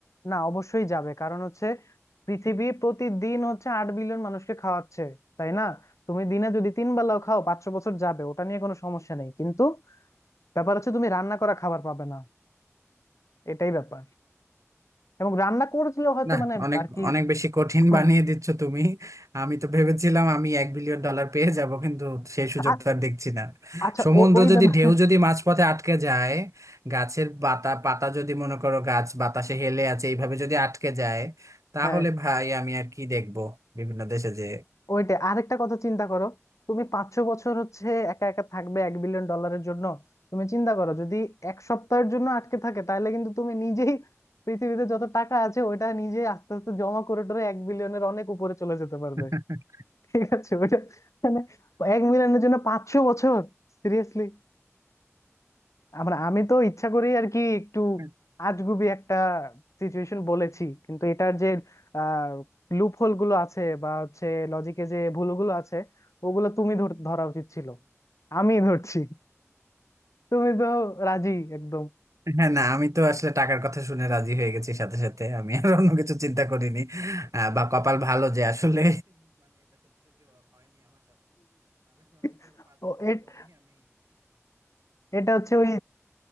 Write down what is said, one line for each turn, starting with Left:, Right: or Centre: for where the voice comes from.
Left: না অবশ্যই যাবে কারণ হচ্ছে পৃথিবী প্রতিদিন হচ্ছে আট বিলিয়ন মানুষকে খাওয়াচ্ছে তাই না তুমি দিনে যদি তিন বেলাও খাও পাঁচশো বছর যাবে ওটা নিয়ে কোনো সমস্যা নেই কিন্তু ব্যাপার হচ্ছে তুমি রান্না করা খাবার পাবে না এটাই ব্যাপার এবং রান্না করলেও হয়তো
Right: না
Left: মানে
Right: অনেক
Left: আর কি
Right: অনেক বেশি কঠিন
Left: খুব
Right: বানিয়ে দিচ্ছ তুমি আমি তো ভেবেছিলাম আমি এক বিলিয়ন ডলার পেয়ে যাব কিন্তু সেই সুযোগ
Left: আ-
Right: তো আর দেখছি না
Left: আচ্ছা
Right: সমুদ্র
Left: ও- ওই
Right: যদি
Left: ব্যাপার
Right: ঢেউ যদি মাঝপথে আটকে যায় গাছের পাতা পাতা যদি মনে করো গাছ বাতাসে হেলে আছে এইভাবে যদি আটকে যায় তাহলে
Left: হ্যাঁ
Right: ভাই আমি আর কি দেখবো বিভিন্ন দেশে যে
Left: ওইটা আরেকটা কথা চিন্তা করো তুমি পাঁচশো বছর হচ্ছে একা একা থাকবে এক বিলিয়ন ডলারের জন্য তুমি চিন্তা করো যদি এক সপ্তাহের জন্য আটকে থাকে তাহলে কিন্তু তুমি নিজেই পৃথিবীতে যত টাকা আছে ওটা নিজে আস্তে আস্তে জমা করে টরে এক বিলিয়নের অনেক উপরে চলে যেতে পারবে
Right: <laughs>
Left: ঠিক আছে ওইটা মানে এক মিলিয়নের জন্য পাঁচশো বছর সিরিয়াসলি আমরা আমি তো ইচ্ছা করেই আর কি একটু
Right: হ্যাঁ
Left: আজগুবি একটা সিচুয়েশন বলেছি কিন্তু এটার যে আহ লুপ হোল গুলো আছে বা হচ্ছে লজিকে যে ভুলগুলো আছে ওগুলো তুমি ধর- ধরা উচিত ছিল আমি ধরছি তুমি তো রাজি একদম
Right: হ্যাঁ না আমি তো আসলে টাকার কথা শুনে রাজি হয়ে গেছি সাথে সাথে আমি আর অন্য কিছু চিন্তা করিনি আহ, বা কপাল ভালো যে আসলে
Left: <laughs> ও এট- এটা হচ্ছে ওই